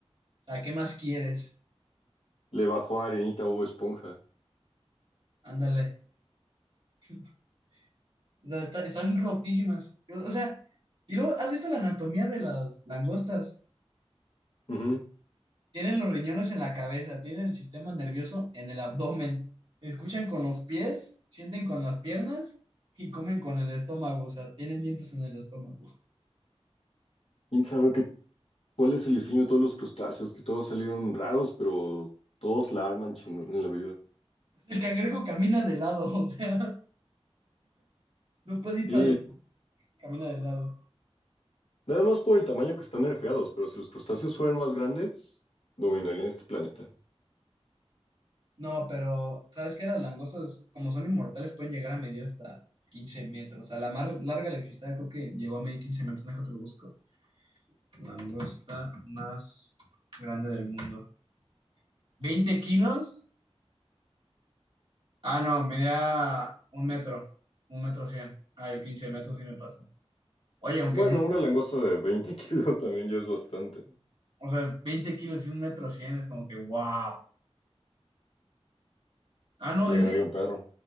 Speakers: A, on the right; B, on the left.
A: O sea, ¿qué más quieres?
B: Le bajó a Arenita Bob Esponja.
A: Ándale. <laughs> O sea, está- están rotísimas. O o sea, y luego, ¿has visto la anatomía de las langostas?
B: Ujú.
A: Tienen los riñones en la cabeza, tienen el sistema nervioso en el abdomen, escuchan con los pies, sienten con las piernas y comen con el estómago, o sea, tienen dientes en el estómago.
B: ¿Quién sabe qué, cuál es el diseño de todos los crustáceos? Que todos salieron raros, pero todos la arman chingón en la vida.
A: <laughs> El cangrejo camina de lado, <laughs> o sea, no puede ir
B: Sí,
A: para adelante, camina de lado.
B: Nada más por el tamaño que están nerfeados, pero si los crustáceos fueran más grandes, dominarían este planeta.
A: No, pero ¿sabes qué? Las langostas, como son inmortales, pueden llegar a medir hasta 15 metros. O sea, la más larga electricidad creo que llegó a medir 15 metros. Déjate lo busco. Langosta más grande del mundo. Veinte kilos? Ah, no, medía un metro, un metro cien. Ah, yo 15 metros sí me pasé. Oye, aunque
B: Bueno,
A: un,
B: una langosta de 20 <laughs> kilos también ya es bastante.
A: o sea, 20 kilos y un metro cien es como que, wow. Ah, no,
B: Le
A: dice,
B: ganaría un perro.